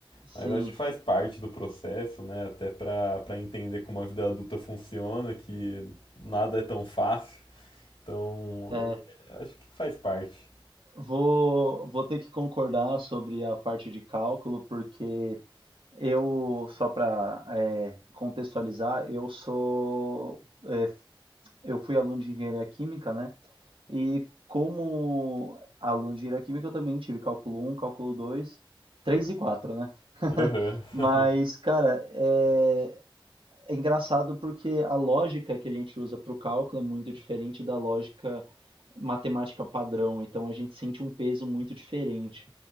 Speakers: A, on the right; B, on the left.
A: Sim,
B: Mas acho que faz parte do processo, né? Até para para entender como a vida adulta funciona, que nada é tão fácil. Então,
A: é.
B: é, acho que faz parte.
A: Vou, vou ter que concordar sobre a parte de cálculo, porque eu, só para contextualizar, eu sou, é, eu fui aluno de engenharia química, né? E como aluno de engenharia química, eu também tive cálculo um cálculo dois três e quatro né? <laughs>
B: Aham.
A: Mas,
B: <laughs>
A: cara, é, É engraçado porque a lógica que a gente usa para o cálculo é muito diferente da lógica matemática padrão, então a gente sente um peso muito diferente